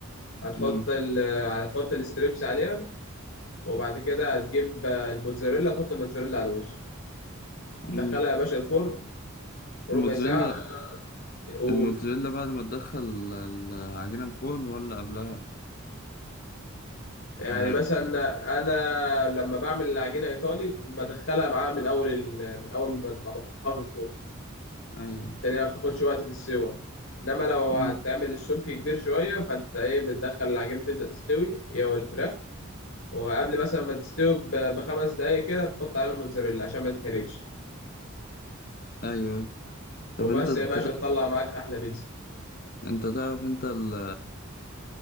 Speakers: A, on the left (about 80°); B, on the left (about 45°).
A: هتحط
B: امم
A: ال هتحط الستريبس عليها وبعد كده هتجيب الموتزاريلا تحط الموتزاريلا على الوش هتدخلها
B: امم
A: يا باشا الفرن ربع
B: الموتزاريلا
A: ساعة قول
B: الموتزاريلا بعد ما تدخل العجينة الفرن ولا قبلها
A: يعني
B: يعني
A: مثلا انا لما بعمل العجينة ايطالي بدخلها معاها من اول ال... من اول ما بت- ما بحطها في الفرن
B: ايوه
A: عشان هي ما بتاخدش وقت في السوا انما لو
B: امم
A: هتعمل السمك كبير شوية فانت ايه بتدخل العجينة تبدأ تستوي هي والفراخ وقبل مثلا ما تستوي ب- بخمس دقايق كده بتحط عليها الموتزاريلا عشان ما تتحرقش
B: ايوه ايوه طب
A: وبس
B: انت انت
A: يا باشا
B: ت-
A: تطلع معاك احلى بيتزا
B: انت تعرف انت ال-